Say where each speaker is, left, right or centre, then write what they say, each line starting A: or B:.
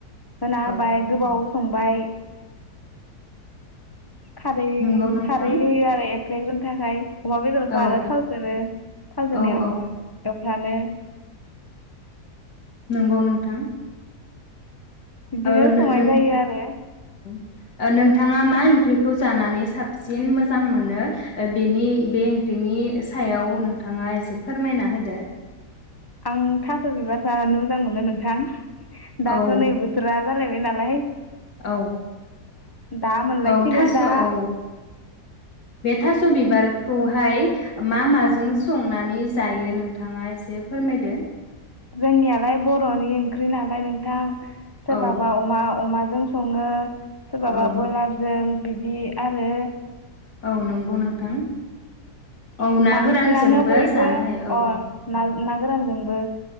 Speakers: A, on the left; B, on the left.
A: होना होबाय
B: औ
A: गोबाव संबाय खारै
B: नंगौ नोंथां
A: खारै होयो आरो एफ्लेग्रोन थाखाय अमा बेदरखौ
B: औ
A: आरो थावजोंनो थावजोंनो
B: औ
A: एव
B: औ
A: एव जानो
B: नोंगौ नोंथां
A: बिदिनो
B: नों
A: संनाय जायो आरो
B: ओ नोंथाङा मा ओंख्रिखौ जानानै साबसिन मोजां मोनो ओ बेनि बे ओंख्रिनि सायाव नोंथाङा एसे फोरमायना होदो
A: आं थास' बिबार जानानै मोजां मोनो नोंथां दाथ'
B: औ
A: नै बोथोरा जालायबाय ना <unintelligible>
B: औ
A: दा मोनलायसिगोन
B: औ थास'
A: दा
B: औ बे थास' बिबार खौहाय मा माजों संनानै जायो नोंथाङा एसे फोरमायदो
A: जोंनियालाय बर'नि ओंख्रि नालाय नोंथां सोरबाबा
B: औ
A: अमा-अमा जों सङो सोरबाबा
B: औ
A: बयलारजों बिदि आरो
B: औ नंगौ नोंथां औ ना
A: बांसिनानो
B: गोरानजोंबो
A: बयबो
B: जानो हायो औ
A: अ नाग ना गोरानजोंबो